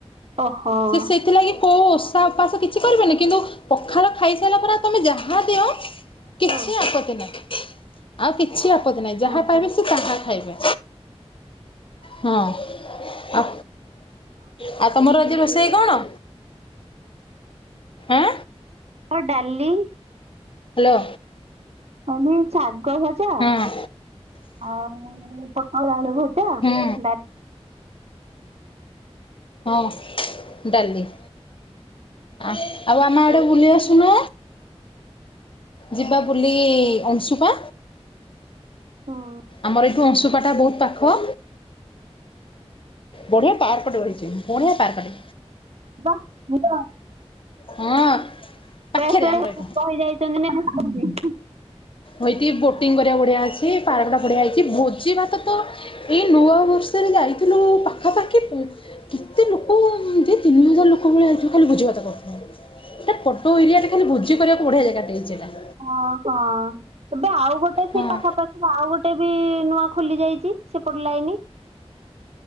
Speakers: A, on the right (about 70°); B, on the left (about 55°).
A: ଓହୋ।
B: ସିଏ ସେଇଥିଲାଗି କୋଉ ଓଷା ଉପାସ କିଛି କରିବେନି। କିନ୍ତୁ ପଖାଳ ଖାଇସାରିଲା ପରେ ଆଉ ତୋମେ ଯାହା ଦିଅ କିଛି
A: ହଁ
B: ଆପତ୍ତି ନାହିଁ। ଆଉ କିଛି ଆ ଆପତ୍ତି ନାହିଁ, ଯାହା
A: ଓ
B: ପାଇବେ
A: ହୋ
B: ସିଏ ତାହା ଖାଇବେ। ହଁ ଆ, ଆଉ ତୋମର ଆଜି ରୋଷେଇ କଣ? ଆଁ
A: ଓ ଡାଲି
B: ହ୍ୟାଲୋ।
A: ଆଉ ମେ ଶାଗ ଭଜା,
B: ହଁ
A: ଆଉ ପୋଟଳ ଆଳୁ ଭ ଜା
B: ହୁଁ
A: ଡା <inaudible>
B: ହଁ ଡାଲି ଆ, ଆଉ ଆମ ଆଡ଼େ ବୁଲି ଆସୁନ। ଯିବା ବୁଲି ଅଂଶୁପା।
A: ହୁଁ
B: ଆମର ଏଇଠୁ ଅଂଶୁପା ଟା ବହୁତ ପାଖ। ବଢ଼ିଆ ପାର୍କ ରହିଛି। ବଢିଆ ପାର୍କ ଟେ।
A: ବାଃ ଭୁ
B: ହଁ ପାଖରେ
A: <inaudible> ସେମାନେ
B: ଆମର ଏଇଠୁ
A: ବହୁତ ଖୁସି।
B: ହୋଇଟି ବୋଟିଂ କରିବାକୁ ବଢ଼ିଆ ଅଛି। ପାର୍କଟା ବଢ଼ିଆ ହେଇଛି। ଭୋଜି ଭାତ ତ ଏଇ ନୂଆ ବର୍ଷରେ ଯାଇଥିଲୁ ପାଖାପାଖି ପ କେତେ ଲୋକ ଦେ ତିନି ହଜାର ଲୋକ ଭଳିଆ ହେଇଥିବ ଖାଲି ଭୋଜି ଭାତ କର <inaudible> ଟା ବଡ ଏରିଆ ଟା ଖାଲି ଭୋଜି କରିବାକୁ ବଢ଼ିଆ ଜାଗା ଟେ ଦେଇଚି ଏଟା।
A: ଓ ହଁ ତେବେ ଆଉ ଗୋଟେ
B: ହଁ
A: ସେ ପାଖାପାଖି ଆଉ ଗୋ ଟେ ବି ନୂଆ ଖୋଲି ଯାଇଚି ସେପଟେ ଲାଇନି।